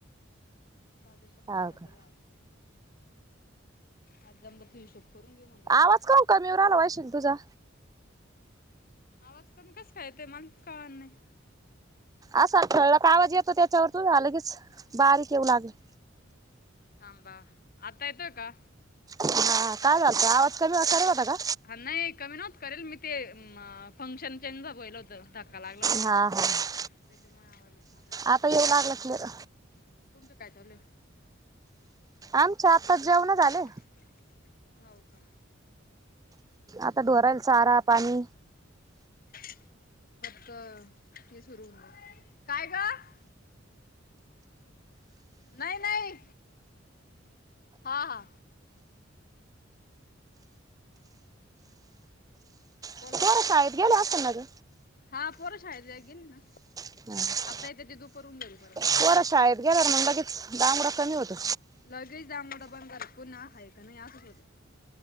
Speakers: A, on the left (about 50°); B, on the right (about 20°).
A: बाजूंच्या खारोडयां
B: हाव का
A: केल्यां आंज जमलां तूं हिशोब करूंन घेऊ म्हणलं तू
B: आवांज कां कमी येऊं राहिला वैशाली तुझां?
A: आवांज कमी कसं कां येते तुझां मालां चं कळतं नाहीं.
B: असां ठळक आवांज येतो त्यांच्यावरं तुझां वालां बारीक येऊं लागले.
A: थांबा आंता येतोय कां?
B: हा काय झालतं आवाज कमी केला होता का?
A: हा नाही, कमी नव्हत करेल मी ते फंक्शन चेंज होईल होत. धक्का लागला होता त्याला,
B: हा हा
A: त्याच्यामुळे आवाज येत नव्हता नीट.
B: आता येऊ लागला क्लिअर
A: हम्म.. तुमचं काय चालू ये?
B: आमची आत्ताच जेवनं झाले.
A: <inaudible> हो का?
B: आता ढोराण चारा-पाणी
A: फक्त हे सुरू होईल, काय गं? नाही नाही.. हा हा.. बोला.
B: पोरं शाळेत गेला असेल ना ग.
A: हा पोर शाळेत जा गेले ना.
B: <inaudible>
A: येतात दुपारून घरून परत
B: पोरं शाळेत गेल्यावर लगेच दांगडो कमी होतं.
A: लगेज दामलाड बंद झाल पुन्हा हाय का नाय असं होत.